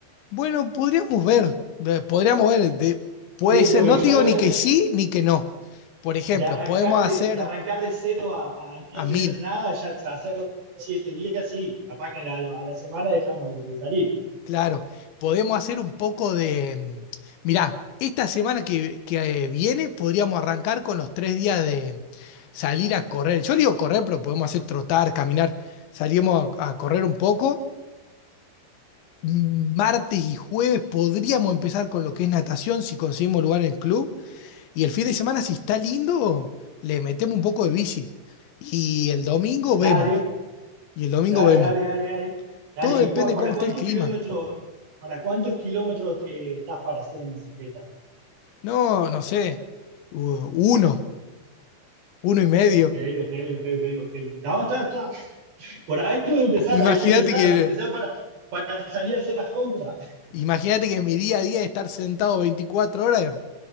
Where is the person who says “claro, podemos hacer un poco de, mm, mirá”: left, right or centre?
Left